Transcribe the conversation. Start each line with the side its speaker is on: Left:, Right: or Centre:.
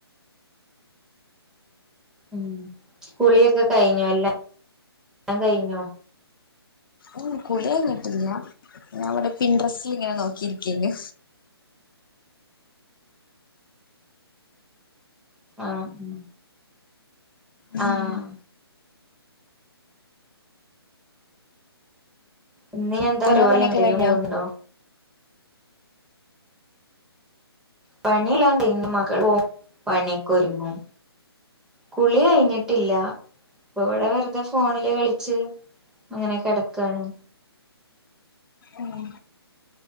Centre: ഉം കുളിയൊക്കെ കഴിഞ്ഞോ എല്ലാം എല്ലാം കയ്ഞ്ഞോ
Left: ഉം കുളിഎയ്ഞ്ഞിട്ടില്ല ഞാവടെ പിന്ട്രെസ്റ്റിൽ ഇങ്ങനെ നോക്കിരിക്കെന്നു
Centre: ആഹ് ഉം
Left: ഉം
Centre: ആഹ് ഇന്നിനി എന്താ
Left: നിങ്ങളെ
Centre: പരിവാടി
Left: പണിയൊക്കെ
Centre: എങ്ങട്ടേലും
Left: കഴിഞ്ഞോ
Centre: പോകുന്ന്ണ്ടോ പണില്ലങ്കെയ്ന് ഹ മകൾ പണ്യോക്കൊരുങ്ങും കുളി കെയ്ഞ്ഞിട്ടില്ല പ്പൊവടെ വെർതെ ഫോണില് കളിച്ച് അങ്ങനെ കെടക്കാണ്
Left: ഉം